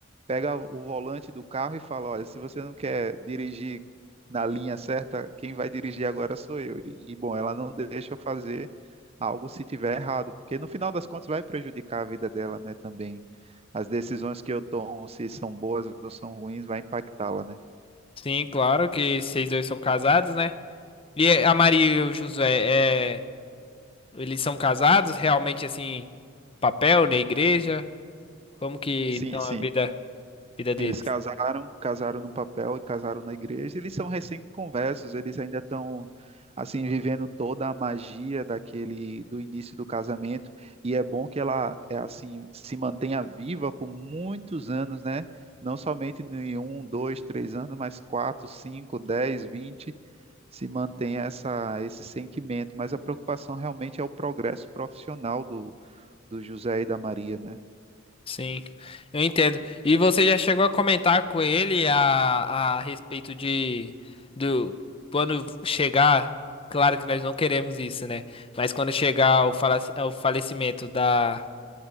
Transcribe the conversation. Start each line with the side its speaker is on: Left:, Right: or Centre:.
Right: pega o volante do carro e fala: olha, se você não quer dirigir na linha certa, quem vai dirigir agora sou eu. E, e, bom, ela não deixa eu fazer algo se tiver errado, porque no final das contas vai prejudicar a vida dela, né, também. As decisões que eu tomo, se são boas ou são ruins, vai impactá-la, né?
Left: Sim, claro que vocês dois são casados, né? E a Maria e o Josué, é. Eles são casados realmente assim, papel na igreja? Como que
Right: Sim,
Left: estão
Right: sim.
Left: a vida, vida deles?
Right: Eles casaram, casaram no papel e casaram na igreja. Eles são recém-conversos, eles ainda estão assim vivendo toda a magia daquele do início do casamento. E é bom que ela é assim se mantenha viva por muitos anos, né? Não somente em um, dois, três anos, mas quatro, cinco, dez, vinte, se mantenha essa esse sentimento. Mas a preocupação realmente é o progresso profissional do, do José e da Maria, né?
Left: Sim, eu entendo. E você já chegou a comentar com ele a, a respeito de do quando chegar, claro que nós não queremos isso, né? Mas quando chegar o, falaci- o falecimento da,